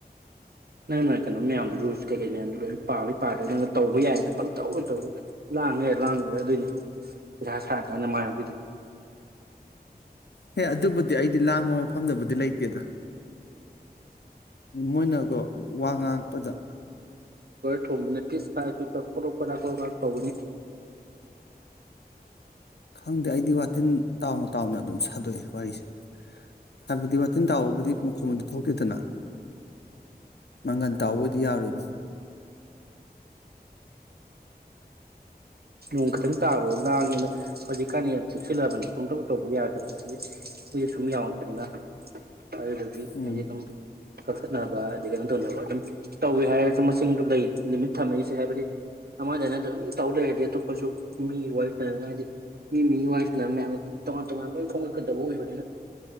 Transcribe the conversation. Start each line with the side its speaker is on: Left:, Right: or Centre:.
Right: ꯅꯪꯅ ꯀꯩꯅꯣ ꯃꯌꯥꯝꯗꯣ ꯔꯨꯜꯁ ꯀꯩꯀꯩ ꯃꯌꯥꯝꯗꯣ ꯂꯣꯏ ꯄꯥꯕꯩ ꯄꯥꯗ꯭ꯔꯦ ꯅꯪꯅ ꯇꯧꯕ ꯌꯥꯏꯌꯦꯅ ꯄꯪ ꯇꯧꯔ ꯇꯧꯔꯒ ꯂꯥꯡꯉꯔ ꯂꯥꯡꯉꯣꯏꯔ ꯑꯗꯨꯣꯏꯅꯤ ꯄꯩꯁꯥ ꯁꯥꯔꯀꯥꯟꯗ ꯃꯥꯅ ꯑꯗꯨꯏꯗꯣ
Left: ꯍꯦ ꯑꯗꯨꯕꯨꯗꯤ ꯑꯩꯗꯤ ꯂꯥꯡꯕ ꯃꯐꯝꯗꯕꯨꯗꯤ ꯂꯩꯇꯦ ꯦꯗ ꯃꯣꯏꯅꯀꯣ ꯋꯥ ꯉꯥꯡꯉꯛꯄꯗ
Right: ꯊꯣꯡꯃꯤꯅ ꯇ ꯐ ꯀ ꯀꯣꯏꯥꯛ ꯇꯧꯕꯅꯤ
Left: ꯈꯪꯗꯦ ꯑꯩꯗꯤ ꯋꯥ ꯇꯤꯟ ꯇꯥꯎꯅ ꯇꯥꯎꯅ ꯑꯗꯨꯝ ꯁ ꯊꯥꯗꯣꯛꯑꯦ ꯋꯥꯔꯤꯁꯦ ꯍꯥꯏꯕꯗꯤ ꯋꯥꯇꯤꯟ ꯇꯥꯎꯕꯕꯨꯗꯤ ꯃꯈꯣ ꯑꯗꯨ ꯊꯣꯛꯇꯦꯗꯅ ꯃꯪꯒꯟ ꯇꯥꯎꯕꯗꯤ ꯌꯥꯔꯣꯏꯕ
Right: ꯣꯡꯇ ꯣ ꯂꯅ ꯍꯧꯖꯤꯛꯀꯥꯟꯗꯤ ꯌꯥꯝ ꯊꯦꯛꯆꯜꯂꯑꯕꯅꯤ ꯄꯨꯡꯇꯧ ꯇꯧꯕ ꯌꯥꯔꯣꯏꯗꯕꯅꯤ ꯍꯥꯏꯗꯤ ꯀꯨꯏꯁꯦ ꯁꯨꯝ ꯌꯥꯎꯔꯛꯄꯅꯤꯅ ꯑꯗꯨꯗꯒꯤ
Left: ꯎꯝ
Right: ꯍꯥꯏꯗꯤ ꯑꯗꯨꯝ ꯀꯛꯊꯠꯅꯕ ꯑꯩ ꯀꯩꯅꯣ ꯇꯧꯅꯕ ꯑꯗꯨꯝ ꯇꯧꯋ ꯍꯥꯏ ꯤꯡ ꯂꯩ ꯂꯤꯃꯤꯠ ꯊꯝꯃꯛꯏꯁꯦ ꯍꯥꯏꯕꯗꯤ ꯑꯃꯃꯗ ꯍꯥꯏꯅ ꯑꯗꯨꯝ ꯇꯧꯗꯔꯗꯤ ꯋꯥꯏꯐ ꯐꯅ ꯍꯥꯏꯗꯤ ꯃꯤ ꯃꯤ ꯋꯥꯔꯤ ꯁꯥꯟꯅꯕ ꯃꯌꯥꯝꯗ ꯇꯣꯉꯥꯟ ꯇꯣꯉꯥꯟꯕ ꯂꯣꯏ ꯈꯣꯡꯂꯠꯀꯗꯕ ꯑꯣꯏꯕꯅꯤꯅ